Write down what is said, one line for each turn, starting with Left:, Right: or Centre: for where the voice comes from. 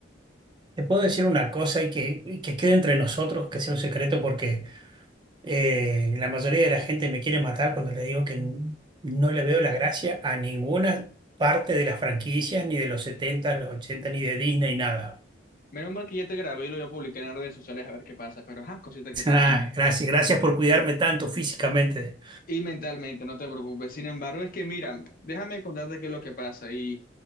Right: Te puedo decir una cosa y que, y que quede entre nosotros, que sea un secreto, porque eh, la mayoría de la gente me quiere matar cuando le digo que n- no le veo la gracia a ninguna parte de las franquicias, ni de los 70, los 80 ni de Disney, nada.
Left: Menos mal que ya te grabé y lo voy a publicar en las redes sociales a ver qué pasa, pero ajá, cositas que
Right: <laughs>
Left: pasan.
Right: Ah, gracias, gracias por cuidarme tanto físicamente.
Left: Y mentalmente, no te preocupes. Sin embargo, es que mira, déjame contarte qué es lo que pasa. Y